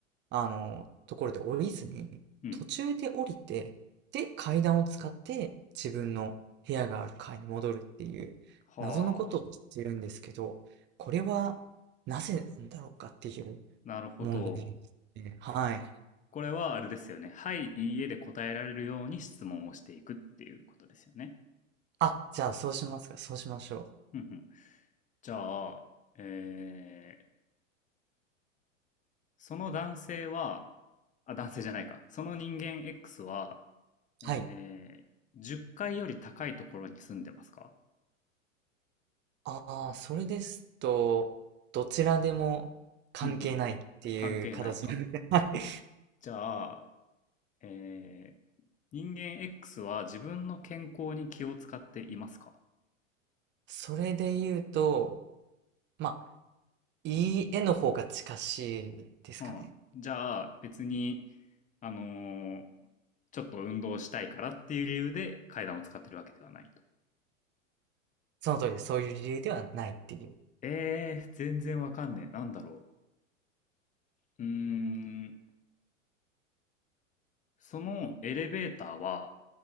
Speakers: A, on the right (about 25°); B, on the left (about 20°).
A: あの、ところで降りずに、
B: うん。
A: 途中で降りて、で、階段を使って自分の部屋がある階に戻るっていう謎のことをしてるんですけど、
B: はあ。
A: これはなぜなんだろうかっていう
B: なるほど。
A: 問題ですね。はい。
B: これはあれですよね。はい、いいえで答えられるように質問をしていくっていうことですよね。
A: あ、じゃあそうしますか。そうしましょ
B: うんうん。じゃあ、えー、その男性は、あ、男性じゃないか。その人間 X は、えー、
A: う。はい。
B: 10階より高いところに住んでますか
A: ああ、それですと、どちらでも関係ないっていう形ですね。
B: うんうん。関係ないか。
A: <laughs> はい。
B: じゃあ、えー人間 X は自分の健康に気を使っていますか
A: それで言うと、まあ、いい絵の方が近しいですかね。
B: うん。じゃあ別に、あのーちょっと運動したいからっていう理由で階段を使ってるわけではないと。
A: その通りです、そういう理由ではないっていう。
B: えー、全然わかんねえ。なんだろう。うーん。そのエレベーターは